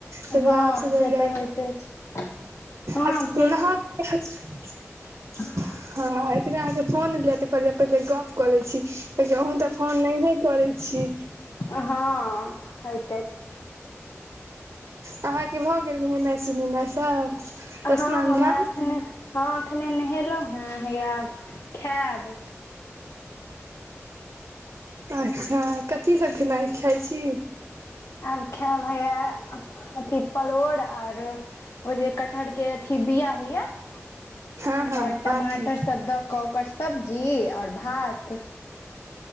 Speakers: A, on the right (about 75°); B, on the left (about 65°).
A: त
B: हँ
A: आग से जल
B: तऽ
A: <unintelligible>
B: होइते छै हँ
A: अ
B: आब
A: नहा क <unintelligible> <inaudible>
B: ह <unintelligible>
A: हँ एतने अहाँ के फोन एले त कहलीयै पहिले गप क लै छी कियाकी अहुँ तऽ फोन नहिए करै छी
B: आ हँ हैते छै
A: अहाँके भऽ गेल नेहेनाइ सुनेनाइ सब
B: हँ
A: स्नान
B: हमर
A: ध्यान
B: अखने हँ एखने नहेलौ ह हैया आब खेअब
A: अच्छा कथी सब खेनाइ खाय छी,
B: आब खेअब हैया अथी परोड़ आर ओ जे कटहर के अथी बिया होय आओर
A: हँ हँ
B: टमाटर
A: आठी
B: सब द ओकर स सब्जी आओर भात